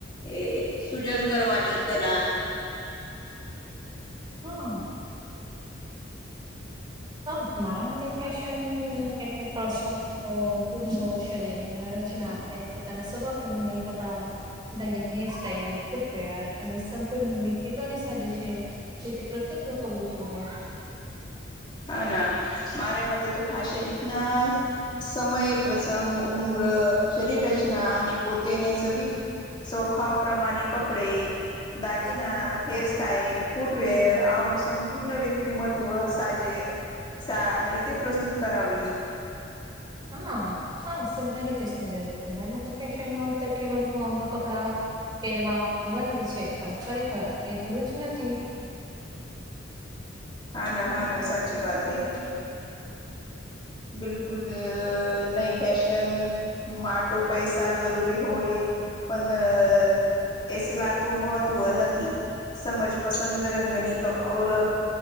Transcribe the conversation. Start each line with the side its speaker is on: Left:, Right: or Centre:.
Left: એ સૂજન કરવાની કલા
Right: હા હા મારા માટે ફેશન શન પ્ર ઉડો શરીર રચના અને પોતાના સબપ પ્રમા કપડા દાગીના હેર સાાઈલ ફૂટવેર અને સંપૂર્ણ વ્યક્તિત્વને સાજે છે પ્રસ્તુત કર જોઈએ
Left: હા ના મારા મતે તો ફાશન ઈતના સમય પ્રસંગ ઉમ્ર શરીર રચના અને પોતેને સભી સ્વભાવ પ્રમાણે કપડે દાગીના હેર સ્ટાાઈલ ફૂટવેર અનું સંપૂર્ણ વ્યક્તિમત્વ સાજે સા રીતે પ્રસ્તુત કરાવી
Right: હા હા સુંદર રીતે સમજાવ ઘણા લોકો ફેશન તો કેવ મોંગા કપડા પહેરવા એવાલી છે પણ ખરેખર એટલું જ નથી
Left: હા ના હા ના સાચી બાત હૈ બિલકુલ નઈ પેેશન માટો પૈસા જરૂરી હોય પણ એસલાતું મહત્વ નથી સમજ પસંદ રંગની ઓળખ